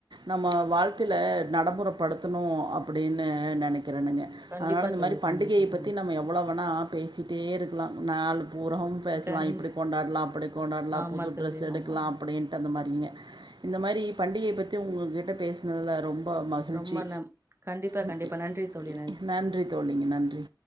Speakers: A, on the right; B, on the right.
A: நம்ம வாழ்க்யில நடமுறபடுத்தணு அப்டின்னு நினக் வக்கிறணுங்க
B: கண்டிப்பா
A: அதனால இந்த
B: தோழி
A: மாரி பண்டிகையை
B: கண்டிப்பா கண்டிப்பா
A: பத்தி நம்ம எவ்ளோ வேணா பேசிட்டே இருக்கலா நாலு பூரவு பேசலா
B: கண்
A: இப்படி கொண்டாடலா அப்படி கொண்டாடலா
B: ஆமா
A: புது
B: தோழி
A: ட்ரெஸ் எடுக்கலாம்
B: ஆமா ஆமா
A: அப்டின்ட்டு அந்த மாரிங்க ஹ இந்த மாரி பண்டிகையை பத்தி உங்கக்கிட்ட பேசனதுலா ரொம் ரொ மகிழ்ச்சி
B: ரொம்ப நம் கண்டிப்பா
A: இ
B: கண்டிப்பா நன்றி தோழி
A: இ நன்றி தோலிங்க நன்றி